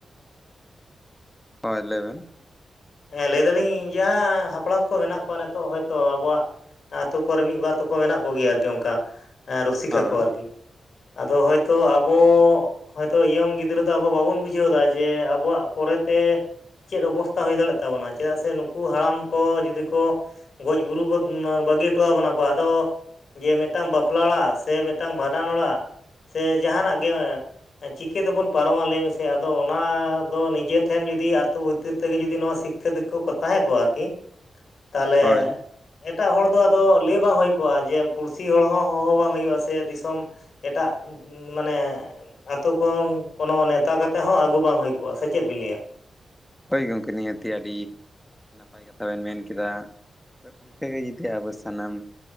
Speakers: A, in the centre; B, on the left (about 55°).
A: ᱦᱳᱭ ᱞᱟᱹᱭᱵᱮᱱ
B: ᱦᱮᱸ ᱞᱟᱹᱭ ᱫᱟᱞᱤᱧ ᱡᱟᱦᱟᱸ ᱦᱟᱯᱲᱟᱢ ᱠᱚ ᱢᱮᱱᱟᱜ ᱠᱚᱣᱟ ᱱᱮᱛᱚᱜ ᱦᱚᱭᱛᱳ ᱟᱵᱚᱣᱟᱜ ᱟᱛᱳ ᱠᱚᱨᱮ ᱢᱤᱫ ᱵᱟᱨ ᱛᱚᱠ ᱠᱚ ᱜᱮᱭᱟ ᱟᱨᱠᱤ ᱚᱝᱠᱟ ᱮᱸ ᱨᱩᱥᱤᱠᱟ
A: ᱦᱚᱸ
B: ᱠᱚ ᱟᱨᱠᱤ ᱾ ᱟᱫᱚ ᱦᱚᱭᱛᱚ ᱟᱵ ᱚᱻᱜ ᱦᱚᱭᱛᱳ ᱭᱚᱝ ᱜᱤᱫᱽᱨᱟᱹ ᱫᱚ ᱟᱵᱚ ᱵᱟᱵᱚᱱ ᱵᱩᱡᱷᱟᱹᱣᱫᱟ ᱡᱮ ᱟᱵᱚᱣᱟᱜ ᱯᱚᱨᱮᱛᱮ ᱪᱮᱫ ᱚᱵᱚᱥᱛᱟ ᱦᱩᱭ ᱫᱟᱲᱮᱜ ᱛᱟᱵᱚᱱᱟ ᱪᱮᱫᱟᱜ ᱥᱮ ᱱᱩᱠᱩ ᱦᱟᱲᱟᱢ ᱠᱚ ᱡᱩᱫᱤ ᱠᱚ ᱜᱚᱡ ᱵᱩᱨᱩ ᱜᱚᱫ ᱵᱟᱹᱜᱤ ᱦᱚᱴᱚᱣᱟ ᱵᱚᱱᱟ ᱠᱚ ᱟᱫᱚ ᱡᱮ ᱢᱮᱜᱴᱟᱝ ᱵᱟᱯᱞᱟ ᱚᱲᱟᱜ ᱥᱮ ᱢᱤᱫᱴᱟᱱ ᱵᱷᱟᱸᱰᱟᱱ ᱚᱲᱟᱜ ᱥᱮ ᱡᱟᱦᱟᱱᱟᱜ ᱜᱮ ᱮ ᱪᱤᱠᱟᱹ ᱛᱮᱵᱚᱱ ᱯᱟᱨᱚᱢᱟ ᱞᱟᱹᱭ ᱢᱮᱥᱮ ᱟᱫᱚ ᱚᱱᱟᱻ ᱫᱚ ᱱᱤᱡᱮ ᱴᱷᱮᱱ ᱡᱩᱫᱤ ᱟᱛᱳ ᱵᱷᱤᱛᱤᱨ ᱛᱮᱜᱮ ᱡᱩᱫᱤ ᱱᱚᱣᱟ ᱥᱤᱠ ᱫᱤᱠᱩ ᱠᱚ ᱛᱟᱦᱮᱸ ᱠᱚᱜᱼᱟ ᱟᱨᱠᱤ ᱛᱟᱦᱞᱮ
A: ᱦᱳᱭ
B: ᱮᱴᱟᱜ ᱦᱚᱲ ᱫᱚ ᱟᱫᱚ ᱞᱟᱹᱭ ᱵᱟᱝ ᱦᱩᱭ ᱠᱚᱜᱼᱟ ᱡᱮ ᱯᱩᱲᱥᱤ ᱦᱚᱲ ᱦᱚᱸ ᱦᱚᱦᱚ ᱵᱟᱝ ᱦᱩᱭᱩᱜᱼᱟ ᱥᱮ ᱫᱤᱥᱚᱢ ᱮᱴᱟᱜ ᱩᱸ ᱢᱟᱱᱮᱜ ᱟᱛᱳ ᱠᱚᱱ ᱠᱳᱱᱳ ᱱᱮᱣᱛᱟ ᱠᱟᱛᱮ ᱦᱚᱸ ᱟᱜᱩ ᱵᱟᱝ ᱦᱩᱭ ᱠᱚᱜᱼᱟ ᱥᱮ ᱪᱮᱫ ᱵᱤᱱ ᱞᱟᱹᱭᱟ
A: ᱦᱚᱭ ᱜᱚᱝᱠᱮ ᱱᱤᱦᱟᱹᱛᱤ ᱟᱰᱤ ᱱᱟᱯᱟᱭ ᱠᱟᱛᱷᱟ ᱵᱮᱱ ᱢᱮᱱ ᱠᱮᱫᱟ ᱠᱚ <unintelligible> <unintelligible> ᱡᱩᱫᱤ ᱟᱵᱚ ᱥᱟᱱᱟᱢ